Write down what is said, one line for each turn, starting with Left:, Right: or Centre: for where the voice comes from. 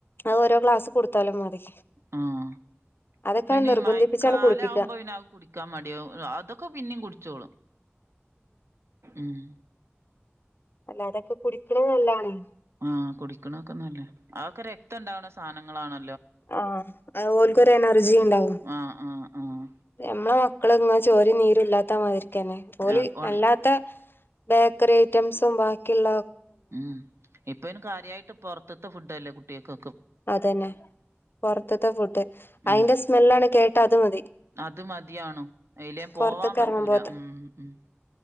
Left: അഹ് ഓരോ ഗ്ലാസ് കൊടുത്താലും മതി
Right: ആഹ്
Left: അതൊക്കെ
Right: പിന്നെ
Left: നിർബന്ധിപ്പിച്ചാണ്
Right: ഈ മയക്കാലാവുമ്പോ
Left: കുടിപ്പിക്ക
Right: പിന്ന അത് കുടിക്കാൻ മടിയാവും അതൊക്കെ പിന്നിം കുട്ച്ചോളും ഉം
Left: അല്ല അതൊക്കെ കുടിക്കണ നല്ലാണ്.
Right: ആഹ് കുടിക്കണൊക്കെ നല്ലെന്നെ അഒക്കെ രക്തണ്ടാവ്ണ സാനങ്ങളാണ്
Left: ആഹ് അഹ് ഓൽക്കൊരെനർജി ണ്ടാവും
Right: ആഹ് ആഹ് ആഹ്
Left: മ്മളെ മക്കള് ങ്ങനെ ചോരിം നീരും ല്ലാത്ത മാതിർക്കെന്നെ ഓൽ
Right: അത് ഓണ്
Left: അല്ലാത്ത ബേക്കറി ഐറ്റംസും ബാക്കിള്ള
Right: ഉം ഇപ്പയ്ന് കാര്യായിട്ട് പൊർത്ത്ത്തെ ഫുഡല്ലേ കുട്ട്യാക്ക്
Left: അതെന്നെ പൊർത്ത്ത്തെ ഫുഡ്
Right: ഉം
Left: അയ്ന്റെ സ്മെല്ലാണ്ട് കേട്ടാ അത് മതി.
Right: അത് മത്യാണും എയ്ലേം പോവാൻ
Left: പൊറത്ത്ക്ക്
Right: പറ്റൂല
Left: എറങ്ങുമ്പോത്ത്
Right: ഉം ഉം